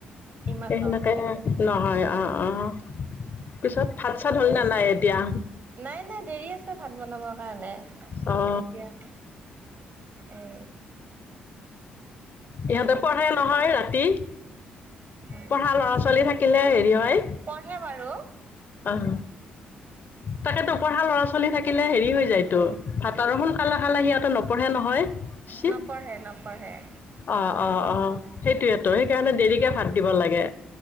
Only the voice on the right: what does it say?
ইমান
নহয়
আমাৰ ইয়াতে
অ'।
নাই-নাই, দেৰি আছে ভাত বনাবৰ কাৰণে।
এতিয়া এ
অ',
হৈছে
নেকি?
পঢ়ে বাৰু
নপঢ়ে নপঢ়ে।